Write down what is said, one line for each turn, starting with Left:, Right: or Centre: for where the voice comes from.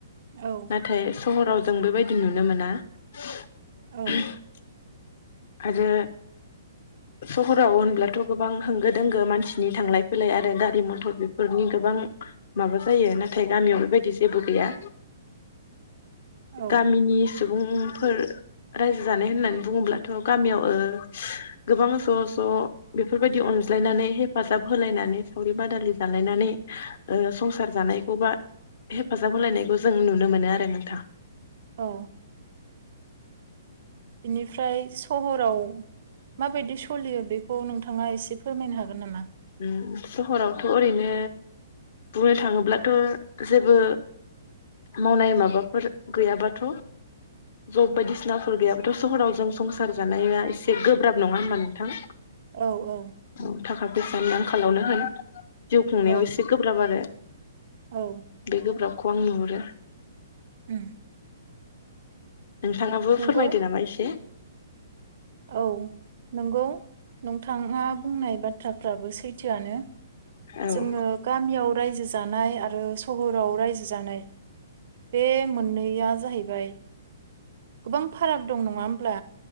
Right: औ
Left: नाथाय सहराव जों बेबायदि नुनो मोना <unintelligible>
Right: औ
Left: आरो सहराव होनब्लाथ गोबां होंगो दोंगो मानसिनि थांलाय फैलाय आरो गारि मथर बेफोरनि गोबां माबा जायो नाथाय गामियाव बेबायदि जेबो गैया
Right: औ
Left: गामिनि सुबुं फोर रायजो जानाय होननानै बुङोब्ला थ गामियाव ओ गोबां ज ज बेफोरबायदि अनज्लायनानै हेफाजाब होलायनानै सावरि बादालि जालायनानै ओ संसार जानायखौ बा हेफाजाब होलायनायखौ जों नुनो मोनो आरो नोंथां
Right: औ बिनिफ्राय सहराव माबायदि सलियो बेखौ नोंथाङा एसे फोरमायनो हागोन नामा?
Left: उम सहरावथ ओरैनो बुंनो थाङोब्लाथ जेबो मावनाय माबाफोर गैयाबाथ जब बायदिसिनाफोर गैयाबाथ सहराव जों संसार जानाया एसे गोब्राब नङा होनबा नोंथां
Right: औ औ
Left: औ थाखा फैसानि आंखालावनो होन जिउ खुंनायाव
Right: औ
Left: एसे गोब्राब आरो
Right: औ
Left: बेगोबराब खौ आं नहुरो
Right: उम
Left: नोंथाङाबो
Right: नंगौ
Left: फोरमायदो नामा एसे
Right: औ नंगौ नोंथाङा बुंनाय बा थाफ्राबो सैथोआनो
Left: औ
Right: जोङो गामियाव रायजो जानाय आरो सहराव रायजो जानाय बे मोननैया ज जाहैबाय गोबां फाराग दं नङा होमब्ला